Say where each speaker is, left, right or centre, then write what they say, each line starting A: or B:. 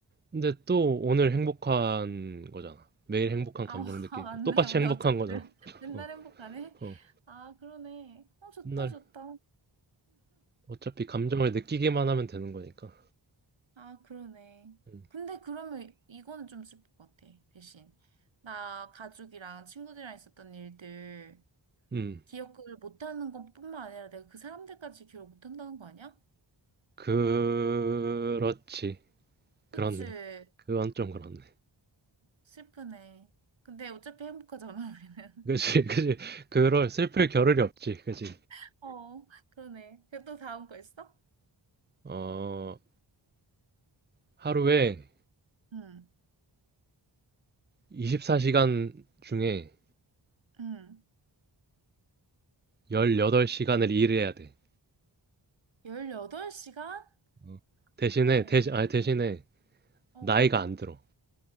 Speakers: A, on the right; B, on the right.
A: 근데 또 오늘 행복한 거잖아. 매일 행복한
B: 아,
A: 감정
B: <laughs>
A: 느끼는
B: 아, 맞네.
A: 거. 똑같이
B: 우리
A: 행복한
B: 어차피
A: 거잖아.
B: 맨- 맨날
A: 어,
B: 행복하네.
A: 어.
B: 아, 그러네. 어, 좋다,
A: 맨날
B: 좋다.
A: 어차피 감정을 느끼기만 하면 되는 거니까.
B: 아, 그러네.
A: 음,
B: 근데 그러면 이거는 좀 슬플 것 같아, 대신. 나 가족이랑 친구들이랑 있었던 일들
A: 음.
B: 기억을 못하는 것뿐만 아니라 내가 그 사람들까지 기억을 못한다는 거 아니야?
A: 그렇지.
B: 그치?
A: 그렇네. 그건 좀 그렇네.
B: 슬프네. 근데 어차피 행복하잖아, 우리는.
A: 그지, <laughs> 그지. 그럴, 슬플 겨를이 없지. 그지.
B: <laughs> 어, 그러네. 그럼 또 다음 거 있어?
A: 어, 하루에
B: 응,
A: 24시간 중에
B: 응.
A: 18시간을 일 해야 돼.
B: 18시간?
A: 어. 대신에,
B: 헐.
A: 대신, 아니, 대신에,
B: 어,
A: 나이가 안 들어.